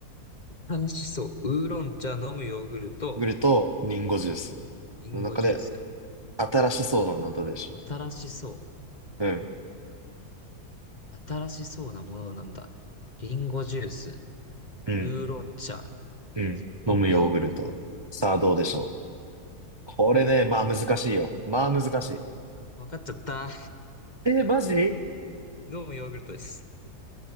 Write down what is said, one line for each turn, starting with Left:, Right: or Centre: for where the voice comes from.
Left: 楽しそう。ウーロン茶飲むヨーグルト。
Right: ヨーグルト、リンゴジュース
Left: リンゴジュース。
Right: の中で新しそうなのはどれでしょ
Left: 新しそ
Right: ううん。
Left: う。新しそうなものなんだ。リンゴジュース。
Right: うん。
Left: ウーロン茶。
Right: うん。飲むヨーグルト。
Left: 飲むヨーグルト。
Right: さあどうでしょうこれね、まあ難しいよ。まあ難しい。
Left: わかっちゃった。
Right: えー、マジ
Left: 飲むヨーグルトです。